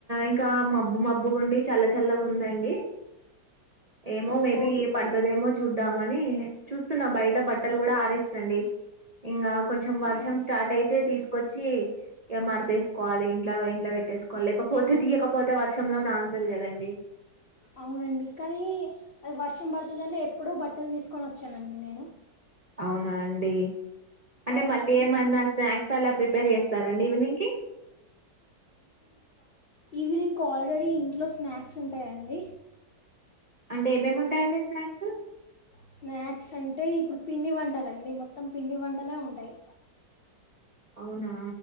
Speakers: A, on the right; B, on the left.
A: ఇంకా మబ్బు మబ్బు గుండి చల్ల చల్లగా ఉందండి ఏమో
B: ఓహో
A: మేబీ పడతదేమో చూద్దామని చూస్తున్నా బయట బట్టలు కూడా ఆరేసినండి ఇంగా కొంచెం వర్షం
B: ఆ.
A: స్టార్ట్ అయితే తీసు కొచ్చి ఇగ మడతేసుకోవాలి ఇంట్ల ఇంట్ల పెట్టేసుకో వాలి లేకపోతే తీయకపోతే వర్షంలో నాన్‌తది కదండి
B: అవునండి కానీ అది వర్షం పడుతందని ఎప్పుడో బట్టలు తీసుకొని వచ్చానండి నేను
A: అవునా అండి అంటే
B: అవునండి
A: మళ్ళీ ఏమన్నా స్నాక్స్ అలా ప్రిపేర్ చేస్తారండి ఈవినింగ్కి
B: ఈవినింగ్కు ఆల్రెడీ ఇంట్లో స్నాక్స్ ఉంటాయండి
A: అంటే ఏమేమి ఉంటాయండి స్నాక్స్
B: స్నాక్స్ అంటే ఇప్పుడు పిండి వంటలండి మొత్తం పిండి వంటలే ఉంటాయి
A: అవునా